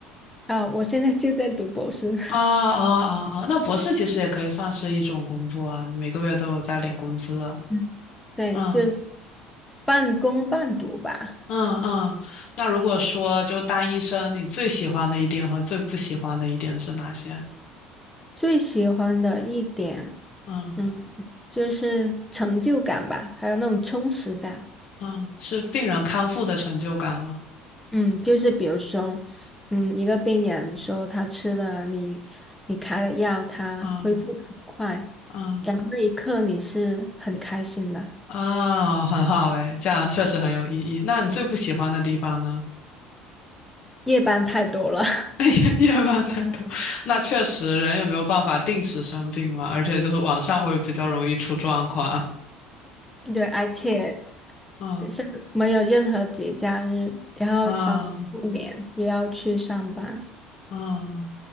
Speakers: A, in the centre; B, on the left (about 45°).
A: 啊，我现在就在读博士，
B: 啊啊啊啊！那博士其实也可以算是一种工作啊，你每个月都有在领工资。
A: <laughs> 嗯对，
B: 嗯
A: 就是半工半读吧。
B: 嗯嗯。那如果说就当医生，你最喜欢的一点和最不喜欢的一点是哪些？
A: 最喜欢的一点，
B: 嗯
A: 嗯，就是成就感吧，还有那种充实感。
B: 嗯，是病人康复的成就感吗？
A: 嗯，就是比如说，嗯，一个病人说他吃了你你开的药，他恢复得很快，
B: 嗯嗯
A: 然后那一刻你是很开心的。
B: 啊，很好诶，这样确实很有意义。那你最不喜欢的地方呢？
A: 夜班太多了，
B: <laughs> 夜班太多，那确实人也没有办法定时生病嘛，而且就是晚上会比较容易出状况。
A: <laughs> 对，而且
B: 嗯
A: 像没有任何节假日，然后包括过年也要去上班。
B: 嗯嗯，